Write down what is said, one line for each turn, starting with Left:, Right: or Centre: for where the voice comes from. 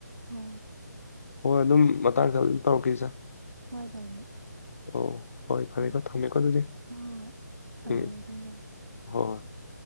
Right: ꯍ
Left: ꯍꯣꯏ ꯑꯗꯨꯝ ꯃꯇꯥꯡ ꯈꯔ ꯑꯗꯨꯝ ꯇꯧꯔꯛꯀꯦ ꯏꯆꯥ
Right: ꯍꯣꯏ ꯇꯧꯕꯤꯔꯛꯑꯣ
Left: ꯑꯣ ꯍꯣꯏ ꯐꯔꯦꯀꯣ
Right: ꯎꯝ
Left: ꯊꯝꯃꯦꯀꯣ ꯑꯗꯨꯗꯤ
Right: ꯍꯣꯏ ꯍꯣꯏ ꯍꯣꯏ ꯊꯝꯖꯔꯒꯦ
Left: ꯎꯝ
Right: ꯊꯝꯖꯔꯒꯦ
Left: ꯍꯣꯏ ꯍꯣꯏ